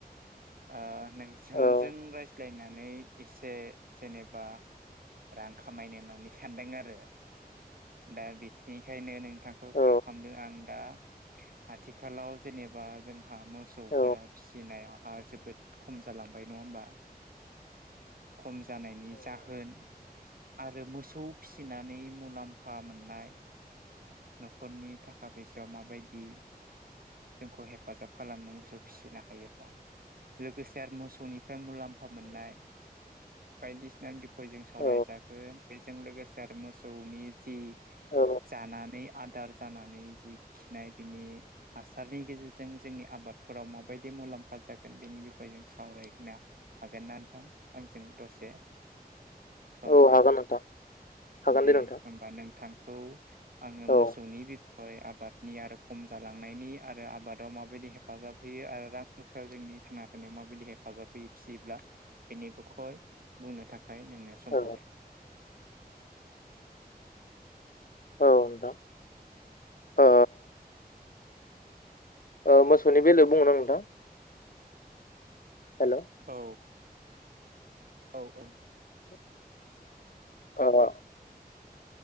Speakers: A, on the right; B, on the left.
A: ओ नोंजों
B: औ
A: रायज्लायनानै एसे जेनेबा रां खामायनो होननानै सानदों आरो दा <unintelligible> नों नोंथांखौ
B: औ
A: कल खालामदों आं दा आथिखालाव जेनेबा जोंहा मोसौफोरा
B: औ
A: फिनायावहा जोबोद खम जालांबाय नङा होमबा। खम जानायनि जाहोन आरो मोसौ फिसिनानै मुलाम्फा मोननाय न'खरनि थाखा फैसायाव माबायदि जोंखौ हेफाजाब खालामो मोसौ फिसिनो हायोब्ला लोगोसे आरो मोसौनिफ्राय मुलाम्फा मोननाय बायदिसिना फाय जों सावरायजागोन
B: औ
A: बेजों लोगोसे आरो मोसौनि जि
B: औ
A: जानानै आदार जानानै जि खिनाय बिनि हासारनि गेजेरजों जोंनि आबादफोराव माबायदि मुलाम्फा जागोन बेनि बिखय जों सावरायनो हागोन ना नोंथां आंजों दसे <inaudible> सम
B: औ हागोन नोंथां हागोन
A: दे
B: नोंथां
A: होमबा नोंथांखौ आङो मो
B: औ
A: सौनि बिखय आबादनि आरो खम जालांनायनि आरो आबादाव माबायदि हेफाजाब होयो आरो रां जोंनि थांना थानायाव माबायदि हेफाजाब होयो फिसियोब्ला बेनि बिखय बुंनो थाखाय नोंनो सम
B: औ
A: होबाय
B: औ नोंथां
A: <inaudible>
B: ओ ओ मोसौनि बेलायाव बुंनो ना नोंथां हेल'
A: औ औ औ
B: <unintelligible>